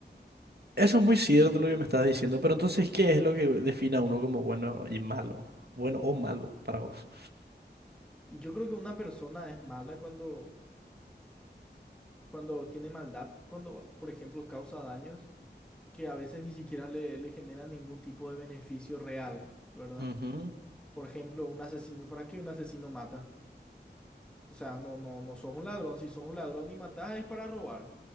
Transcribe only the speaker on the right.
Eso es muy cierto lo que me estás diciendo, pero entonces, ¿qué es lo que define a uno como bueno y malo? Bueno o malo para vos.
Ujú.